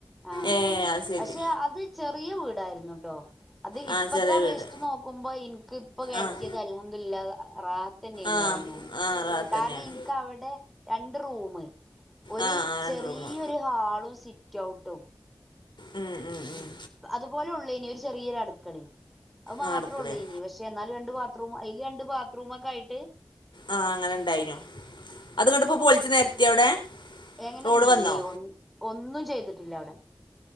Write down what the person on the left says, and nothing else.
ഏഹ് അത് ശരി
ആഹ്
ചെറിയ
വീട്
ആഹ്
ആഹ്
ആഹ് റാഹത്തന്നേണ്
ആഹ് ആഹ് രണ്ട്
റൂമ്
ഉം ഉം ഉം
ആഹ് അടക്കളയാ
ആഹ് അങ്ങനെ ഇണ്ടായിനോ അത് ഇങ്ങട്ട്പ്പോ പൊളിച്ച് നെരത്തി അവിടെ
റോഡ്
വന്നോ